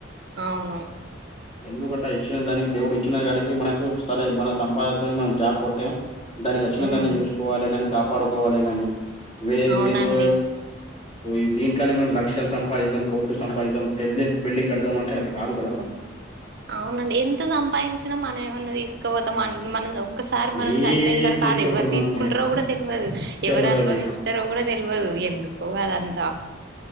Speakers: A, on the right; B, on the left.
A: అవును.
B: ఎందుకట ఇచ్చిన దానికి దేవుడు ఇచ్చిన కాడికి మనకు సలే మన సంపాద <unintelligible> మనం జాబ్ కొట్టాం దానికి అచ్చిన
A: ఉమ్
B: దాన్ని చూసుకోవాలె కాని కాపాడుకోవాలె కాని వేరేదేదో
A: అవునండి
B: పోయి దీంట్లోనే మనం లక్షలు సంపాదిద్దాం, కోట్లు సంపాదిద్దాం <unintelligible> బిల్డింగ్ కడదాం అంటే అది కాదు కదా మనం.
A: అవునండి ఎంత సంపాదించినా మనం ఏమన్నా తీసుకపోతాం అం మనం ఓ ఒకసారి మనం
B: ఏం
A: చనిపోయిన తర్వాత
B: తీసుకోపోయి
A: అది ఎవ్వరు
B: మనం
A: తీసుకుంటరో కూడా తెల్వదు
B: తెలవది
A: ఎవ్వరు అనుభవించ్ తరో కూడా తెల్వదు ఎందుకో అదంతా.